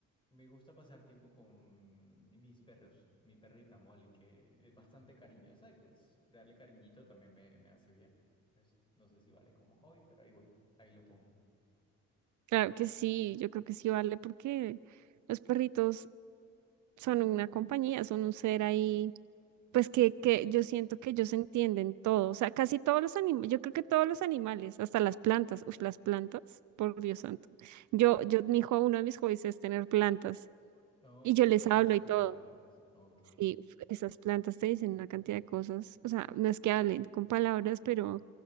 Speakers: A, on the left; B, on the right.
A: Me gusta pasar tiempo con mis perros, mi perrita Molly, que es bastante cariñosa y pues darle cariñito también me, me hace bien. Es- no sé si vale como hobby, pero ahí voy, ahí lo pongo.
B: Claro que sí, yo creo que sí vale porque los perritos son una compañía, son un ser ahí, pues que, que yo siento que ellos entienden todo, o sea, casi todos los animales, yo creo que todos los animales, hasta las plantas, uy, las plantas, por Dios santo. Yo, yo, mi hijo, uno de mis hobbies es tener plantas
A: Oh,
B: y yo les
A: tenerlas
B: hablo
A: y
B: y
A: cuidarlas.
B: todo,
A: Ok,
B: y f- esas plantas te dicen una cantidad de cosas, o sea, no es que hablen con palabras, pero